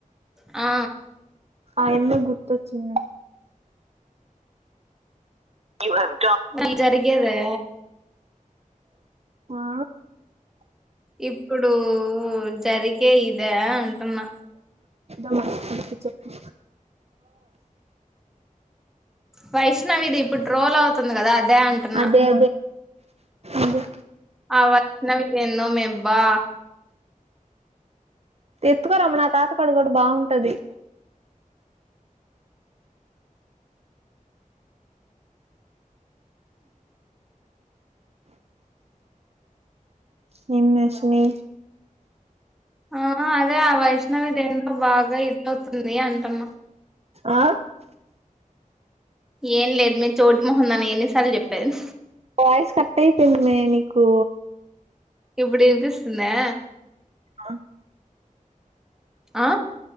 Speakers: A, in the centre; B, on the right (about 50°).
A: ఆ
B: ఆ ఎందు గుర్తొచ్చింది ఇవ్వరు
A: ఈ జరిగేదా
B: ఆ
A: ఇప్పుడు జరిగే ఇదా అంటున్నా
B: ఆ <inaudible> చెప్పు
A: వైష్ణవి ఇది ఇప్పు ట్రోల్ అవుతుంది కదా అద్ దే అంటున్నా
B: అదే అదే అదే
A: ఆ <inaudible> ఎన్నో మెబ్బా
B: ఎత్తుకోరమ్మ నా తాతకాడ గుడా బావుంటది నిమ్మెష్మి
A: ఆ అదే ఆ వైష్ణవి దేంతో బాగా ఇదవుతుంది అంటన్న
B: ఆ
A: ఏం లేదు మేము చోటు మొహన్ దాన ఎన్నిసార్లు చెప్పేది
B: వాయిస్ కట్ అయిపోయింది మె మీకు
A: ఇప్పుడు విపిస్తుందా
B: ఆ
A: ఆ